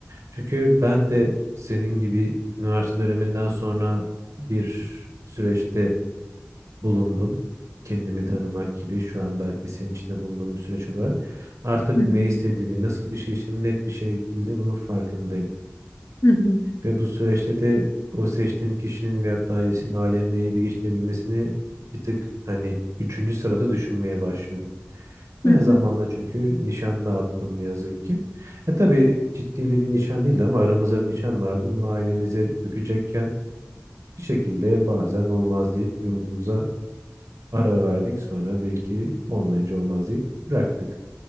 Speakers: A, on the right; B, on the left.
A: Çünkü ben de senin gibi üniversite döneminden sonra bir süreçte bulundum. Kendimi tanımak gibi şu an belki senin içinde bulunduğum bir süreç olarak. Artık
B: hı hı,
A: ne istediğimi, nasıl bir şey istediğimi net bir şekilde bunun farkındayım.
B: hı hı,
A: Ve bu süreçte de o seçtiğim kişinin veyahut da ailesinin ailemle iyi bir geçinebilmesini bir tık hani üçüncü sırada düşünmeye başlıyorum. Ben
B: hı
A: zamanında
B: hı,
A: çünkü nişan dağıttım ne yazık ki. E tabii ciddili bir nişan değildi ama aramızda bir nişan vardı. Bunu ailemize dökecekken bir şekilde bazen olmaz deyip yolumuza ara verdik. Sonra de ki olmayınca olmaz deyip bıraktık.